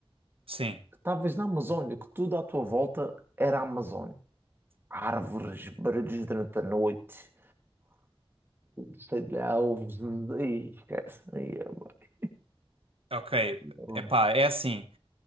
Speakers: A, on the right; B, on the right.
A: sim,
B: que estavas na Amazónia, que tudo à tua volta era a Amazónia. Árvores, barulhos durante a noite, sei lá, ovos, e esquece. Aí é bué,
A: ok.
B: é bué.
A: Epá, é assim.